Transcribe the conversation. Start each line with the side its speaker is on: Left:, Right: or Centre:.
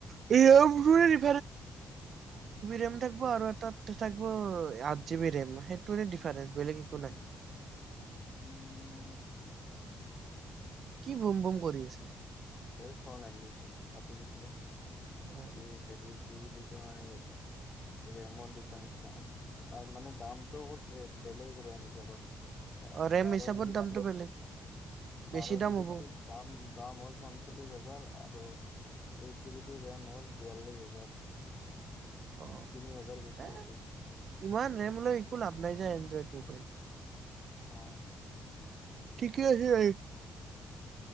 Right: বাৰজিবি ৰেড <unintelligible> থাকিব আঠ জি বি ৰেম সেইটো ডিফাৰস বেলেগ একো নাই
Left: উম
Right: কি বুম বুম কৰি আছে
Left: এই ফন আহিছ পাতি দিছো দা
Right: অ
Left: এ হেৰি কি বুলি কয় ৰেমৰ ডিফাৰেন্ঞ্চ নাই আৰু মানে দামটো কৈছিলে বেলেগ ৰেম হিচাপত আহ
Right: অ ৰেম
Left: বাৰ
Right: হিচাপত
Left: জি বিতটো
Right: দামটো বেলেগ বেছি
Left: বাৰ
Right: দাম
Left: জি বিতটো
Right: হ'ব
Left: দাম <unintelligible> পঞ্চল্লিছ হাজাৰ আৰু এইট জি বিটোৰ ৰেম হ'ল বিয়াল্লিছ হাজাৰ <unintelligible>
Right: অ
Left: তিনি হাজাৰ বেছি
Right: এ
Left: এইটোত
Right: ইমান ৰেমোলৈ একো লাভ নাই এড্ৰইড <unintelligible> মোবাইল
Left: অ
Right: ঠিকেই আছে ভাই